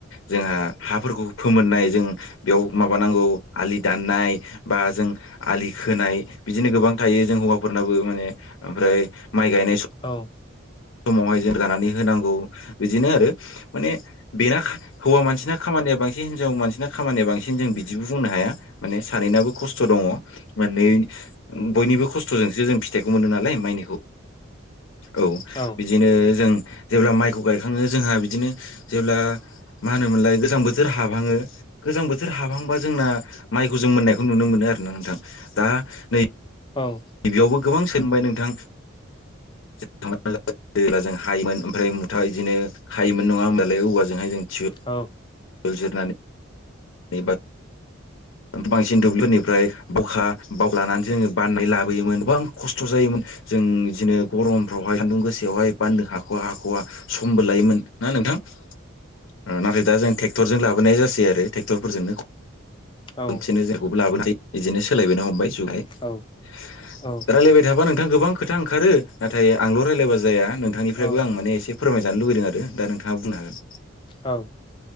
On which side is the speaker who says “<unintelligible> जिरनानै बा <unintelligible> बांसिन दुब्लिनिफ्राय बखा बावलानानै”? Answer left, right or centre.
Left